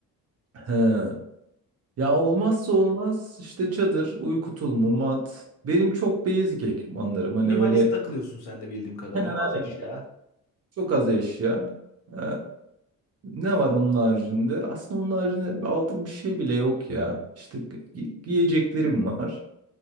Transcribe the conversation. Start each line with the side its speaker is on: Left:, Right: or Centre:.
Right: He. Ya olmazsa olmaz işte çadır, uyku tulumu, mat. Benim çok basic ekipmanlarım. Hani
Left: Minimalist
Right: öyle
Left: takılıyorsun sen de bildiğim kadarıyla.
Right: hemen hemen
Left: Az eşya.
Right: çok az eşya. Ee, ne var onun haricinde? Aslında onun haricinde aldığım bir şey bile yok ya. İşte gi- giyeceklerim var.